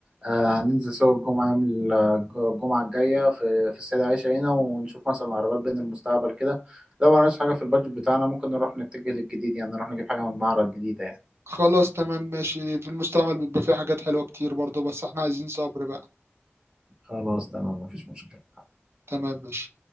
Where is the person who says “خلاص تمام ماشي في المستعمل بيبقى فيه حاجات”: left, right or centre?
Right